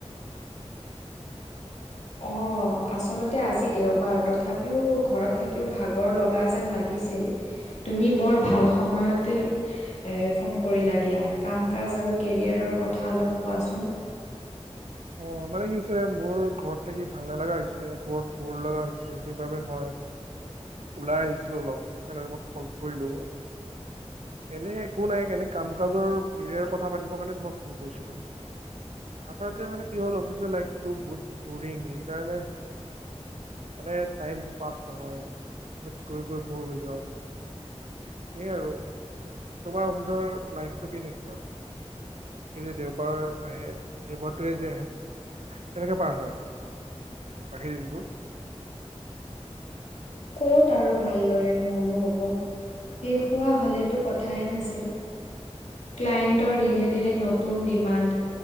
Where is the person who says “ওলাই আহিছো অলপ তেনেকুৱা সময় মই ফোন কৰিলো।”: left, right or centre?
Right